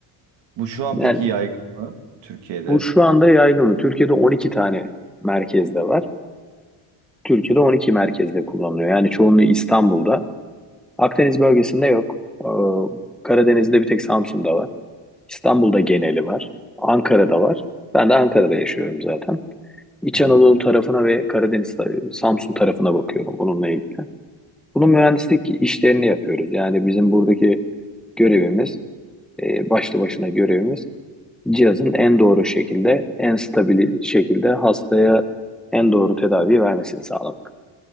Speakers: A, on the right; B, in the centre.
A: Bu şu an
B: Yani
A: peki yaygın mı Türkiye'de?
B: bu şu anda yaygın. Türkiye'de 12 tane merkezde var. Türkiye'de 12 merkezde kullanılıyor. Yani çoğunluğu İstanbul'da. Akdeniz bölgesinde yok. Ee, Karadeniz'de bir tek Samsun'da var. İstanbul'da geneli var. Ankara'da var. Ben de Ankara'da yaşıyorum zaten. İç
A: Hmm,
B: Anadolu tarafına ve Karadeniz, tar- Samsun tarafına bakıyorum bununla ilgili. Bunun mühendislik işlerini yapıyoruz. Yani bizim buradaki görevimiz, e, başlı başına görevimiz cihazın en doğru şekilde, en stabil şekilde hastaya en doğru tedavi vermesini sağlamak.